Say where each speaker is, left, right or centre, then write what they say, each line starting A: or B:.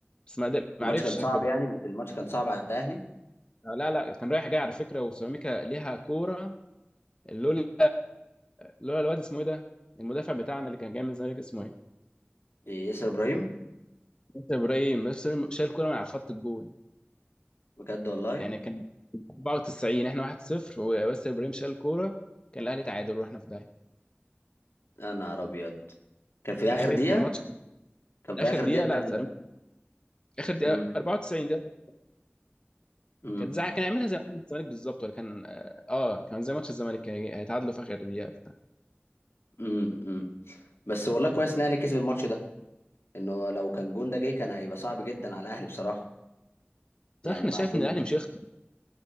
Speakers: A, on the left; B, on the left.
A: بس ما قدر- ما
B: الماتش
A: عرفش
B: كان
A: شكله
B: صعب
A: بقى
B: يعني الماتش كان صعب على الاهلي
A: آه، لا لا كان رايح جاي على فكرة وسيراميكا ليها كورة لولا لولا الواد اسمه إيه ده المدافع بتاعنا اللي كان جاي من الزمالك اسمه ايه؟
B: إيه، ياسر ابراهيم
A: انت ابراهيم بس شايل كوره من على خط الجول
B: بجد والله
A: يعني كان 94 احنا 1-0 وياسر ابراهيم شال الكوره كان الاهلي تعادل ورحنا في داهيه
B: يا نهار ابيض كان في اخر
A: تخيل
B: دقيقه
A: كان ماتش
B: كان في
A: اخر
B: اخر
A: دقيقه
B: دقيقه
A: لا سلام اخر دقيقه
B: امم
A: 94 دقيقه
B: امم
A: كانت زع كان يعملها زي ماتش الزمالك بالظبط ولا كان اه آه، كان زي ماتش الزمالك كان هيتعادلوا في اخر دقيقه بتاع
B: امم امم بس والله كويس ان الاهلي كسب الماتش ده انه لو كان جون ده جه كان هيبقى صعب جدا على الاهلي بصراحه
A: بصراحه
B: يعني
A: انا
B: مع
A: شايف
B: فوز
A: ان الاهلي مش هيخسر